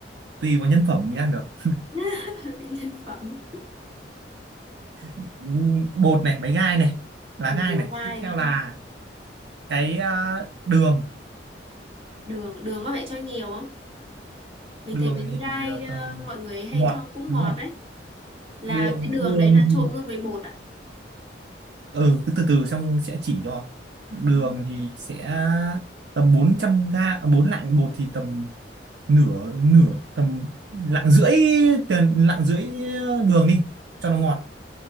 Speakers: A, on the right; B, on the right.
A: tùy vào nhân phẩm mới ăn được
B: <laughs> nhân phẩm
A: Ừ, bột này bánh gai này lá
B: một
A: gai
B: lá
A: này
B: gai
A: tiếp theo là cái à, đường
B: đường đường có phải cho nhiều không mình
A: đường
B: thấy bánh gai
A: thì ờ,
B: ờ,
A: tầm
B: mọi người hay
A: ngọt
B: cho cũng
A: đúng
B: ngọt
A: không
B: đấy là
A: đường
B: cái đường
A: đường
B: đấy là
A: thì
B: trộn luôn với bột à
A: ừ cứ từ từ xong sẽ chỉ cho
B: À.
A: đường thì sẽ tầm 400 ga à, bốn lạng bột thì tầm nửa nửa tầm lạng rưỡi tiền lạng rưỡi đường đi cho nó ngọt